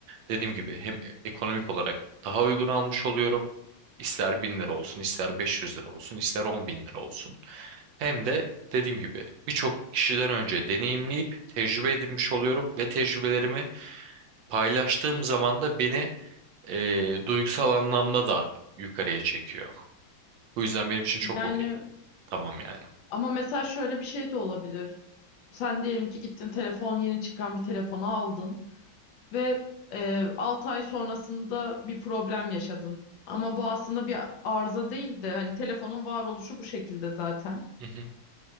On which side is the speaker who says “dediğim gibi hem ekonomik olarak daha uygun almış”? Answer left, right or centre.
Right